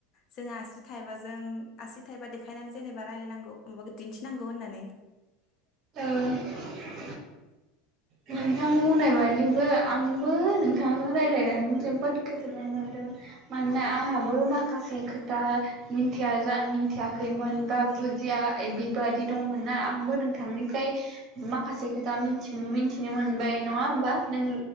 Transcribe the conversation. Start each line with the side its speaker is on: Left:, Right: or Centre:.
Left: जों आसि थाइबाजों आसि थाइबा देखायनानै जेनेबा रायलायनांगौ <unintelligible> दिन्थिनांगौ होननानै।
Right: औ। नोंथां बुंनाय बादिबो आंबो नोंथांजों रायलायनानै जोबोद गोजोननाय मोनदों मानोना आंहाबो माखासे खोथा मिन्थिया जा मिथियाखैमोन बा बुजिया ऐ बिबादि दंमोनना आंबो नोंथांनिफ्राय माखासे खोथा मिन्थि-मिन्थि नो मोनबाय नङा होमबा नों